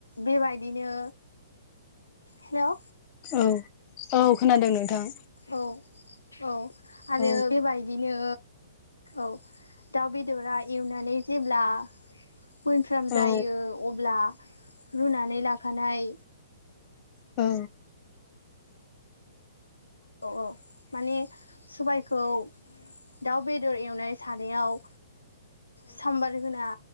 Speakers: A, on the left; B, on the left.
A: बेबायदिनो हेलौ
B: औ औ खोनादों नोंथां।
A: औ औ। आरो
B: औ
A: बेबायदिनो औ। दाउ बेदरा एवनानै जेब्ला मोनफ्राम
B: औ
A: जायो अब्ला रुनानै लाखानाय
B: औ।
A: औ औ माने सबायखौ दाउ बेदर एवनाय सानायाव साम्बार होना